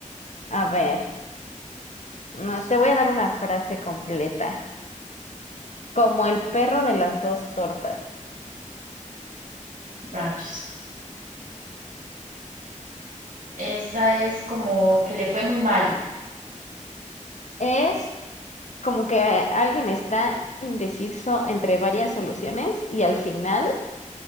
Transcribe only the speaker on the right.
rayos. Esa es como que le fue muy mal.